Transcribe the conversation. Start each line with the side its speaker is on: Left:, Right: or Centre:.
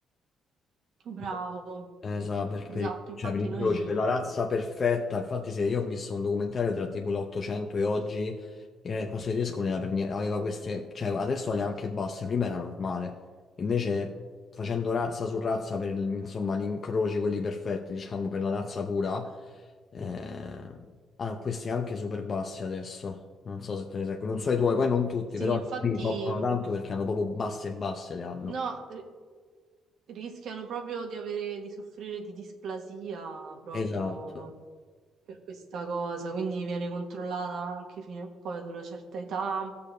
Right: bravo.
Left: no? Esatto, per,
Right: Esatto,
Left: per,
Right: infatti
Left: cioè per incroci,
Right: noi...
Left: per la razza perfetta. Infatti, se io ho visto un documentario tra tipo l'800 e oggi, e il pasto tedesco non era per niente, aveva queste, cioè adesso le ha anche basse, prima era normale. Invece, facendo razza su razza per insomma gli incroci, quelli perfetti, diciamo, per la razza pura, eh, hanno questi anche super bassi adesso. Non so se te ne sei, non so i tuoi, poi non tutti,
Right: Sì,
Left: però
Right: infatti
Left: alcuni soffrono tanto perché hanno proprio basse e basse le hanno.
Right: no, ri- rischiano proprio di avere, di soffrire di displasia proprio
Left: Esatto,
Right: per questa cosa, quindi viene controllata anche fino a poi ad una certa età.